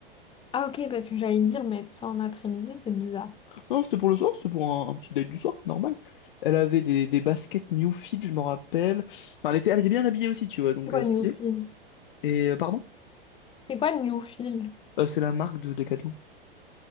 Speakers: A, on the left (about 20°); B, on the left (about 60°).
A: Ah ok, parce que j'allais dire mettre ça en après-midi, c'est bizarre.
B: Non, c'était pour le soir, c'était pour un, un petit date du soir, normal. Elle avait des, des baskets New Fit, je m'en rappelle. Enfin, elle était, elle était bien habillée aussi, tu vois, donc
A: C'est quoi
B: euh, stylé.
A: Newfield?
B: Et, euh, pardon,
A: C'est quoi Newfield?
B: Euh, c'est la marque de Decathlon.